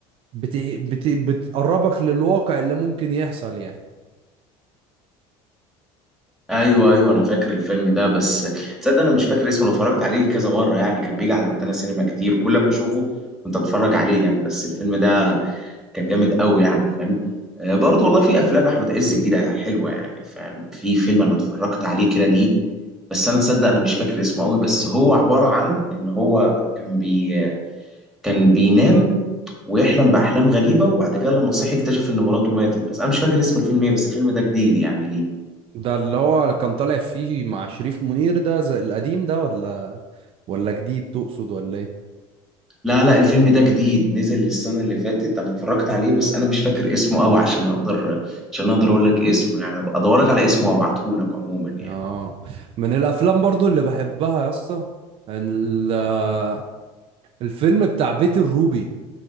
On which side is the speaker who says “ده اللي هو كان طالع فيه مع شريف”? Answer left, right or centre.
Right